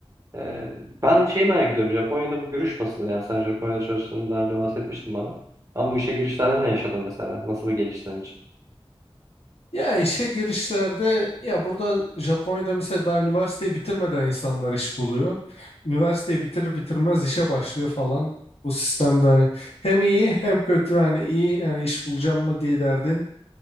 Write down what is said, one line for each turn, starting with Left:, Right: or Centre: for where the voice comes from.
Right: Ee, ben şeyi merak ediyorum. Japonya'da bu görüş nasıl? Yani sen Japonya'da çalıştığını daha önce bahsetmiştin bana. Ama bu işe girişlerde ne yaşadın mesela? Nasıl bir gelişti senin için?
Left: Ya işe girişlerde ya burada Japonya'da mesela daha üniversiteyi bitirmeden insanlar iş buluyor. Üniversiteyi bitirir bitirmez işe başlıyor falan. Bu sistemde hani hem iyi hem kötü hani iyi yani iş bulacağım mı diye derdin.